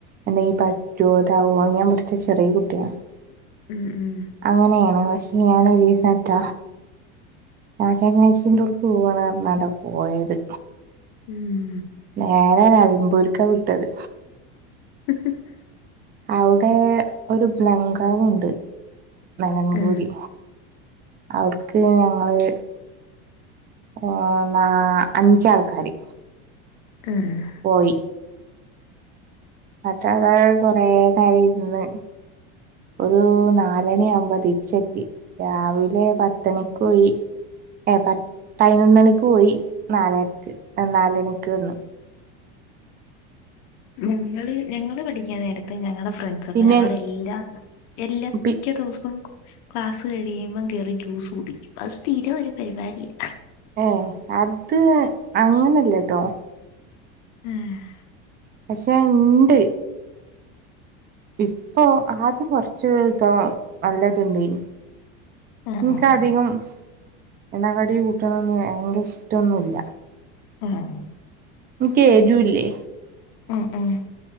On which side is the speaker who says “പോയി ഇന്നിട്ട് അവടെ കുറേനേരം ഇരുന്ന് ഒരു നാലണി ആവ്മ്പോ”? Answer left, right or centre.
Right